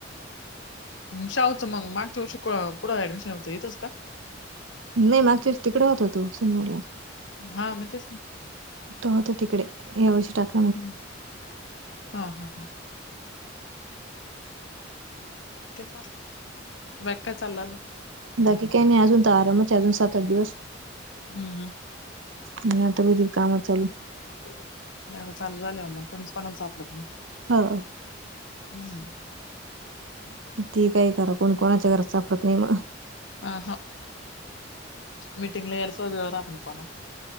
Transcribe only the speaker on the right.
नाय मागच्या वर्षी तिकडं होता तो, सिन्नरला.
तो होता तिकडे, यावर्षी टाक
बाकी काय नाही, अजून तर आरामच आहे सात आठ दिवस.
आणि आता मी रिकाम चालू
हो
कितीही काही करा, कोण कोणाच्या घरात सापडत नाही म्हणा.